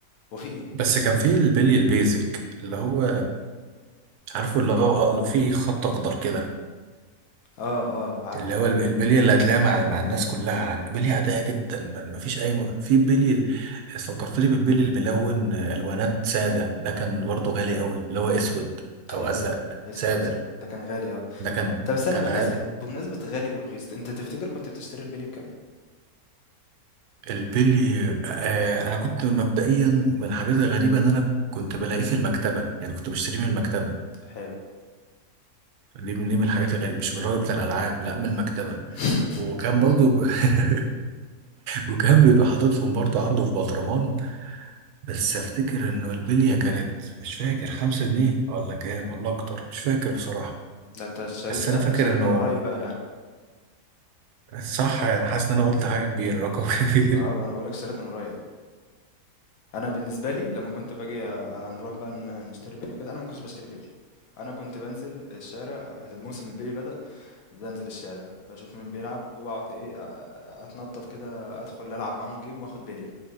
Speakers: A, on the left; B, on the right.
A: هو في إيه؟
B: بس كان في البلي البيزك اللي هو عارفه اللي هو في خط اخضر كده
A: آه، آه، عارفه
B: اللي هو
A: ده.
B: البلي اللي هتلاقيها مع مع الناس كلها عاد بلي عاديه جدا ما ما فيش اي م... في بلي ال- فكرتني بالبلي الملون الوانات ساده ده كان برضه غالي قوي اللي هو اسود او
A: أيوه،
B: ازرق
A: أسود
B: ساده
A: أزرق، ده كان غالي آه.
B: ده كان
A: طب استنى
B: كان
A: بمناسبة
B: غالي
A: بمناسبة غالي ورخيص، أنت تفتكر كنت بتشتري البلي بكام؟
B: البلي آه انا كنت مبدئيا من الحاجات الغريبه ان انا كنت بلاقيه في المكتبه يعني كنت بشتريه من المكتبه
A: حلو
B: دي من دي من الحاجات الغريبه مش من الراجل بتاع الالعاب لا من المكتبه
A: <laughs>
B: وكان برضه <laughs> وكان بيبقى حاططهم برضه عنده في بطرمان بس افتكر انه البليه كانت مش فاكر خمسة جنيه ولا كام ولا اكتر مش فاكر بصراحه
A: ده أنت اشتريت
B: بس انا
A: اشتريت
B: فاكر انه
A: من قريب بقى يعني
B: صح يعني حاسس ان انا قلت حاجه كبيره رقم <laughs> كبير
A: اه وأنا بقولك اشتريت من قريب أنا بالنسبة لي لما كنت باجي آه، هنروح بقى ن- نشتري بلي وكده أنا ما كنتش بشتري بلي أنا كنت بنزل الشارع موسم البلي بدأ بنزل الشارع بشوف مين بيلعب وأقعد إيه أ- أ- أتنطط كده أدخل ألعب معاهم جيم وآخد بلي